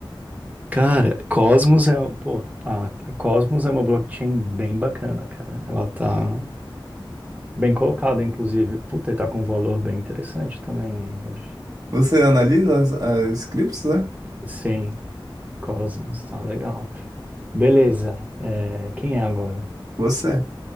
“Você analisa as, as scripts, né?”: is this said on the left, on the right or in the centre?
Right